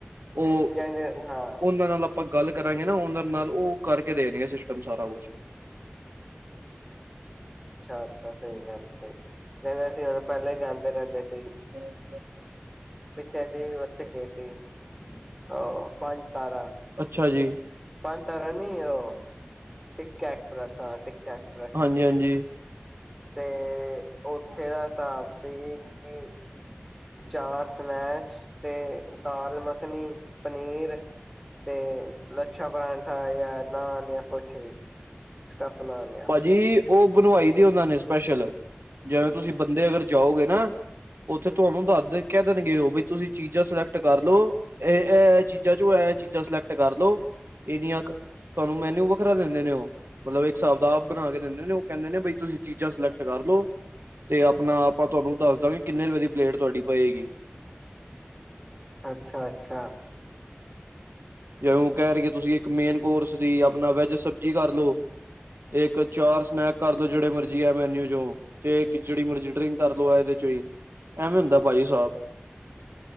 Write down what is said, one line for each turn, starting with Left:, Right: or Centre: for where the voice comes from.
Right: ਉਹ
Centre: ਜਾਂਦੇ ਹਾਂ
Right: ਉਹਨਾਂ ਨਾਲ ਆਪਾਂ ਗੱਲ ਕਰਾਂਗੇ ਨਾ ਉਹਨਾਂ ਨਾਲ ਉਹ ਕਰਕੇ ਦੇਣਗੇ ਸਿਸਟਮ ਸਾਰਾ ਕੁਛ
Centre: ਅੱਛਾ ਅੱਛਾ ਸਹੀ ਗੱਲ ਸਹੀ ਕਹਿੰਦੇ ਅ ਸੀ ਹੁਣ ਪਹਿਲਾਂ ਜਾਂਦੇ ਰਹਿੰਦੇ ਸੀ
Right: <unintelligible>
Centre: ਪਿੱਛੇ ਅਸੀਂ ਉਥੇ ਗਏ ਸੀ ਅਹ ਪੰਜ ਤਾਰਾਂ ਅਸੀਂ
Right: ਅੱਛਾ ਜੀ
Centre: ਪੰਜ ਤਾਰਾ ਨਹੀਂ ਉਹ ਟੀਕਾ ਐਕਸਪ੍ਰਸ ਹਾਂ ਟੀਕਾ ਐਕਸਪ੍ਰੈਸ
Right: ਹਾਂਜੀ-ਹਾਂਜੀ।
Centre: ਤੇ ਉੱਥੇ ਦਾ ਹਿਸਾਬ ਸੀ ਕਿ ਚਾਰ। ਸਨੈਕਸ ਤੇ। ਦਾਲ ਮੱਖਣੀ, ਪਨੀਰ ਤੇ ਲੱਛਾ ਪਰਾਂਠਾ। ਠਾ ਯ ਨਾਨ ਜਾਂ ਕੁਛ ਵੀ। ਸਟਫ ਨਾਨ ਜਾਂ
Right: ਭਾਜੀ ਉਹ ਬਣਵਾਈ ਦੀ ਉਹਨਾਂ ਨੇ ਸਪੈਸ਼ਲ। ਜਿਵੇਂ ਤੁਸੀਂ ਬੰਦੇ ਅਗਰ ਜਾਓਗੇ ਨਾ। ਉੱਥੇ, ਤੁਹਾਨੂੰ ਦੱਸ ਦੇ ਕਹਿ ਦੇਣਗੇ, ਉਹ ਵੀ ਤੁਸੀਂ ਚੀਜ਼ਾਂ ਸਿਲੈਕਟ ਕਰ ਲਉ ਇਹ ਇਹ ਚੀਜ਼ਾਂ ਚੋਂ ਐ ਚੀਜ਼ਾਂ ਸਿਲੈਕਟ ਕਰ ਲੋ ਇਹ ਨੀ ਆ ਕੇ ਤੁਹਾਨੂੰ ਮੈਨਊ। ਵੱਖਰਾ ਦਿੰਦੇ ਨੇ ਉਹ ਮਤਲਬ ਇੱਕ ਹਿਸਾਬ ਦਾ ਆਪ ਬਣਾ ਕੇ ਦਿੰਦੇ ਨੇ ਉਹ ਕਹਿੰਦੇ ਨੇ ਬਈ ਤੁਸੀਂ ਚੀਜ਼ਾਂ ਸਿਲੈਕਟ। ਕਰ ਲੋ ਤੇ ਆਪਣਾ ਆਪਾਂ ਤੁਹਾਨੂੰ ਦੱਸ ਦਾਂਗੇ ਕਿੰਨੇ ਰੁਪਏ ਦੀ ਪਲੇਟ ਤੁਹਾਡੀ ਪਏਗੀ‌
Centre: ਅੱਛਾ ਅੱਛਾ।
Right: ਜੇ ਉਹ ਕਹਿਣਗੇ ਤੁਸੀਂ ਇੱਕ ਮੇਨ ਕੋਰਸ ਦੀ ਆਪਣਾ ਵੈੱਜ ਸਬਜ਼ੀ ਹੈਲੋ ਇੱਕ ਚਾਰ ਸਨੈਕ ਕਰਲੋ ਜਿਹੜੇ ਮਰਜੀ ਆ ਮੈਨਿਊ ਚ। ਤੇ ਖਿਚੜੀ ਮਰਜਟਰੀ ਕਰ ਲਓ ਇਹਦੇ ਚੋਂ ਹੀ ਐਵੇਂ ਹੁੰਦਾ ਭਾਜੀ ਸਾਫ